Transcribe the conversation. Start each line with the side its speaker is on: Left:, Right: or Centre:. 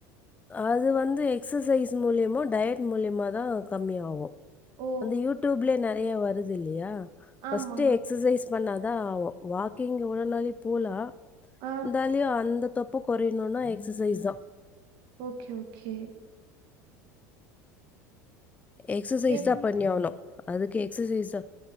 Left: அது வந்து எக்சசைஸ் மூலியமோ டயட் மூலியமாதா கம்மியாகு
Right: ஓ!
Left: அந்த யூடுயூப்லயே நெறைய வருதில்லையா பஸ்ட்டு
Right: ஆமா.
Left: எக்சசைஸ் பண்ணாதா வாக்கிங் எவ்ளோனாலி போலா
Right: ஆ.
Left: இந்தாலயு அந்த தொப்ப கொறையணுன்னா எக்ஸசைதா
Right: ஓகே ஓகே
Left: எக்ஸசைஸ்
Right: இப்
Left: தா பண்ணியாவனு அதுக்கு எக்ஸசைஸ் தா